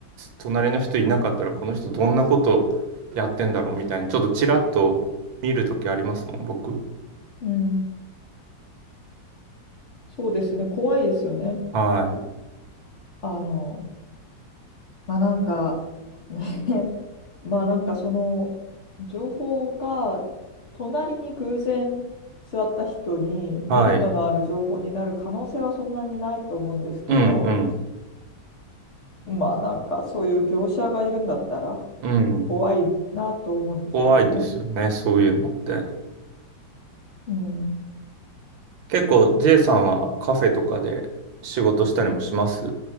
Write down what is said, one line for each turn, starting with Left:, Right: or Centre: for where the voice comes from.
Right: 隣の人いなかったらこの人どんなことやってんだろうみたいにちょっとちらっと見るときありますもん、僕。
Left: う。うん。そうですね。怖いですよね。
Right: はい。
Left: あの、まあ、なんか、ねまあなんかその情報が隣に偶然座った人にメリットのある情報になる可能性はそんなにないと思うんですけど、
Right: はい。うん
Left: まあなんかそういう業者がいるんだったら
Right: うん。うん。
Left: 怖いなと思うんですけどね。
Right: 怖いですよね、そういうのって。
Left: うん、
Right: 結構 J さんはカフェとかで仕事したりもします